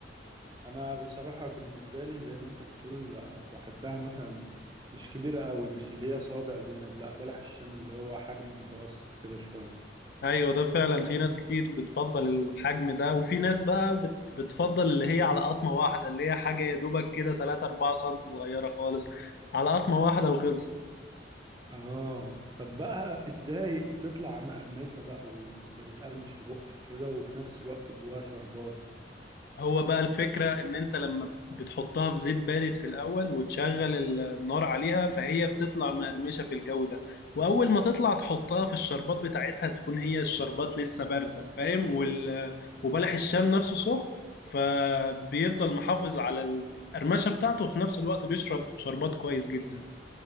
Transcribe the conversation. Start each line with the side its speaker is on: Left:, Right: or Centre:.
Right: انا بصراحة بالنسبة لي زي ما انت بتقول آه، بحبها مثلا مش كبيرة قوي مش اللي هي صوابع زينب لا بلح الشام اللي هو حجم متوسط كده شوية
Left: ايوه ده فعلا في ناس كتير بتفضل الحجم ده وفي ناس بقى بت بتفضل اللي هي على قطمة واحدة اللي هي حاجة يا دوبك كده 3 4 سم صغيرة خالص على قطمة واحدة وخلصت
Right: اه طب بقى ازاي تطلع مقرمشة بقى وتبقى بتقرمش في بقك كده وفي نفس الوقت جواها شربات
Left: هو بقى الفكرة ان انت لما بتحطها في زيت بارد في الاول وتشغل ال- النار عليها فهي بتطلع مقرمشة في الجو ده واول ما تطلع تحطها في الشربات بتاعتها تكون هي الشربات لسه باردة فاهم وال... وبلح الشام نفسه سخن فبيفضل محافظ على القرمشة بتاعته وفي نفس الوقت بيشرب شربات كويس جدا